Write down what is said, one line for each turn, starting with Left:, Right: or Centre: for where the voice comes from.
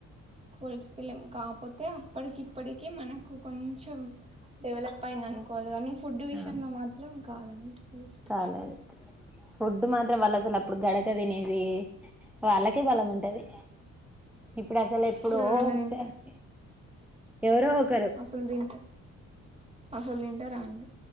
Right: పోల్చుకోలేం కాకపోతే అప్పటికి ఇప్పటికిీ మనకు కొంచెం డెవలప్ అయింది అనుకోవాలి కానీ ఫుడ్ విషయంలో
Centre: అవును
Right: మాత్రం కాదండి వేస్ట్
Centre: కాలేదు ఫుడ్ మాత్రం వాళ్ళు అసలు అప్పుడు గడ కతినేది వాళ్ళకే బలముం టది ఇప్పుడు అసలు ఎప్పుడో
Right: ఇప్పుడు ఎవరైనా
Centre: ఒకసారి
Right: తింటే
Centre: ఎవరో ఒకరు
Right: అసలు తింటే అసలు తింటారాండి